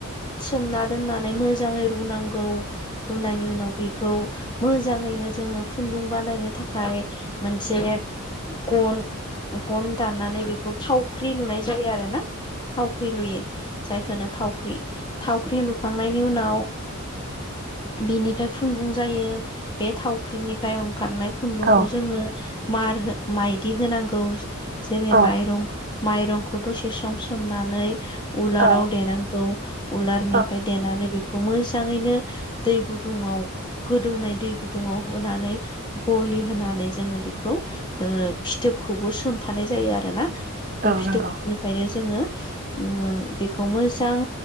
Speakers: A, on the left; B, on the right.
A: सोमना दोननानै मोजाङै रुनां गौ रुनायनि उनाव बेखौ मोजाङैनो जोङो खुन्दुं बानायनो थाखाय मोनसे गन गन दाननानै बेखौ थावख्रि लुनाय जायो आरो ना थावख्रि लुयो जायखौनो थावख्रि थावख्रि लुखांनायनि उनाव बिनिफ्राय खुन्दुं जायो बे थावख्रिनिफ्राय ओंखारनाय खुन्दुंखौ
B: औ
A: जोङो मार माइदि होनांगौ जेरै
B: औ
A: माइरं
B: औ
A: माइरंखौ दसे सम समोमनानै उलाराव
B: औ
A: देनांगौ उलारनिफ्राय
B: औ
A: देनानै बे खौ मोजाङैनो दै गुदुाव गोदौनाय दै गुदुङाव होनानै गलि होनानै जोङो बेखौ ओ फिथोबखौबो सोमफानाय जायो आरोना बे
B: औ
A: फिथोबनिफ्रायनो
B: नंगौ
A: जोङो ओ बेखौ मोजां